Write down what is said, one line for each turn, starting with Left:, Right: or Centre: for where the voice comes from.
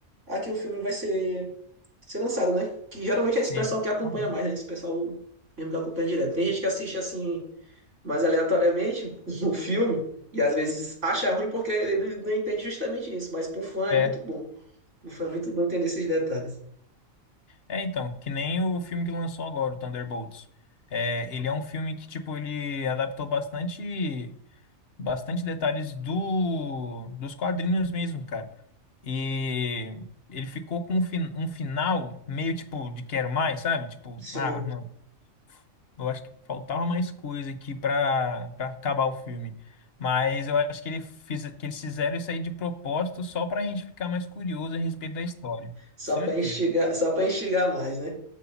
Right: a que o filme vai ser, ser lançado, né? Que geralmente é esse
Left: Sim,
Right: pessoal que acompanha
Left: totalmente.
Right: mais, né? Esse pessoal mesmo que acompanha direto. Tem gente que assiste assim, mais aleatoriamente, <laughs> o filme, e às vezes acha ruim porque ele não entende justamente isso. Mas pro fã
Left: É.
Right: é muito bom. Pro fã é muito bom entender esses detalhes.
Left: É, então, que nem o filme que lançou agora, o Thunderbolts. É, ele é um filme que, tipo, ele adaptou bastante, bastante detalhes do, dos quadrinhos mesmo, cara. E ele ficou com um, fin- um final meio, tipo, de quero mais, sabe? Tipo,
Right: Sim.
Left: ah, mano, eu acho que faltava mais coisa aqui pra, pra acabar o filme. Mas eu acho que, ele fiz, que eles fizeram isso aí de propósito só pra gente ficar mais curioso a respeito da história.
Right: Só
Left: Certeza.
Right: para enxergar, só para enxergar mais, né?